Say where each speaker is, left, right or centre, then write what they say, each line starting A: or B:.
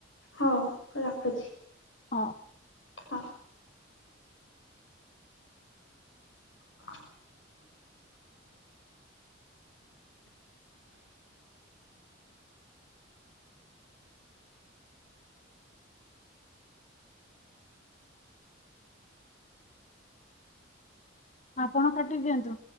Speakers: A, on the left; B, on the left.
A: ହଉ ରଖୁଚି।
B: ହଁ।
A: ହଁ। <inaudible>
B: ଆପଣ କାଟି ଦିଅନ୍ତୁ।